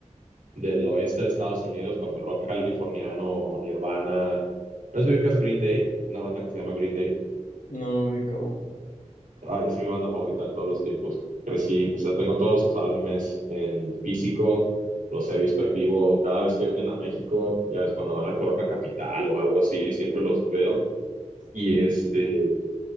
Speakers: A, on the right; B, on the left.
A: del oeste de Estados Unidos, como el rock californiano o Nirvana. No sé si ubicas Green Day, una banda que se llama Green Day.
B: No lo ubico.
A: Ay, es mi banda favorita de todos los tiempos. Crecí, o sea, tengo todos sus álbumes en físico, los he visto en vivo cada vez que vienen a México, ya ves, cuando van al Corona Capital o algo así, siempre los veo. Y este,